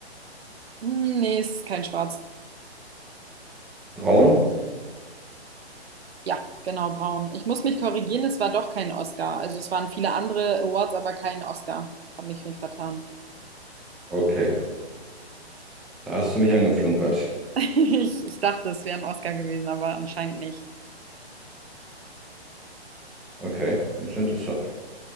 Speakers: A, on the right; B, in the centre.
A: Mm, nee, ist kein Schwarz.
B: Braun?
A: Ja, genau, braun. Ich muss mich korrigieren, es war doch kein Oscar. Also es waren viele andere Awards, aber kein Oscar. Hab mich, mich vertan.
B: Okay, da hast du mich angeflunkert.
A: <laughs> Ich, ich dachte, es wäre ein Oscar gewesen, aber anscheinend nicht.
B: Okay, ist ja interessant.